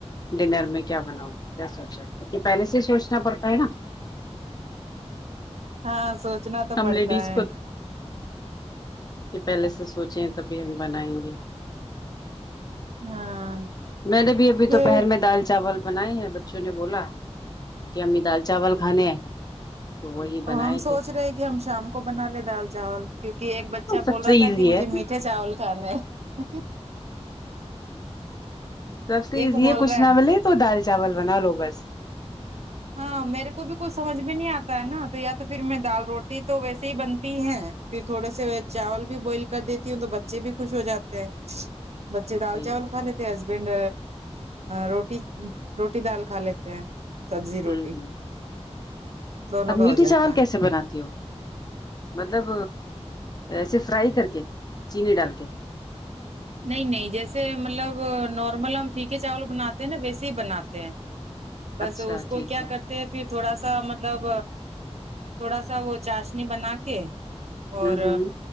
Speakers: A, on the left; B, on the right.
A: ڈنر میں کیا بناؤ کیا سوچا کیونکی پہلے سے ہی سوچنا پڑتا ہے نا
B: ہاں سوچنا تو
A: ہم
B: پڑتا
A: لیڈیز
B: ہے
A: یے پہلے سے سوچیں تبھی ہم بنائیں گے
B: ہاں
A: میں نے بھی ابھی
B: پھر
A: تو دوپہر میں دال چاول بنائے ہیں بچوں نے بولا کہ امی دال چاول کھانے ہیں تو وہی بنائے
B: اور ہم
A: تھے
B: سوچ رہے ہیں کہ ہم شام کو بنا لے دال چاول کیونکی ایک بچہ
A: سب
B: بول رہا
A: سے ایزی
B: تھا کی مجھے
A: ہے
B: میٹھے چاول کھانے ہے
A: سب سے
B: ایک
A: ایزی
B: بول
A: ہے کچھ
B: رہا
A: نہ ملے تو دال چاول بنالو بس
B: ہاں میرے کو بھی کچھ سمجھ میں نہیں آتا ہے ناں تو یا تو پھر میں دال روٹی تو ویسے ہی بنتی ہے پھر تھوڑے سے چاول بھی بوائل کر دیتی ہوں تو بچے بھی خوش ہو جاتے ہیں بچے
A: جی
B: دال چاول کھا لے تے ہے ہسبینڈ روٹی روٹی دال کھا لیتے ہیں سبزی روٹی
A: ہوں ہوں
B: دونوں
A: اب
B: کا
A: میٹھے
B: ہو جاتا
A: چاول
B: ہے
A: کیسے بناتی ہو مطلب ایسے فرائی کرکے چینی ڈال کے
B: نہیں نہیں جیسے مطلب نارمل ہم پھیکے چاول بناتے ہیں ناں ویسے ہی بناتے ہیں بس
A: اچھا
B: اس کو
A: ٹھیک
B: کیا
A: ہے
B: کرتے تے ہیں پھر تھوڑا سا مطلب تھوڑا سا وہ چاشنی بنا کے
A: ہوں
B: اور
A: ہوں